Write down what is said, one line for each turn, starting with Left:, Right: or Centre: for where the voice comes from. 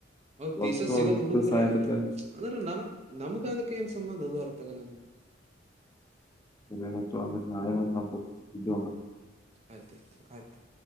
Right: ಹೌದ
Left: ವಸ್ತು
Right: ತಿಸ್ಸ ಸಿಗಲ್ ಕರೆ
Left: ಸಹಾಯತಕ್ಕ
Right: ಅಂದ್ರೆ ನಮ್ ನಮಗ ಅದಕ್ಕೆ ಏನ್ ಸಂಬಂಧ ಅದು ಅರ್ಥಗಲ್ಲ ಅಂದ ಮಾಡಡ
Left: <unintelligible>
Right: ಆಯ್ತಾ ಆಯ್ತು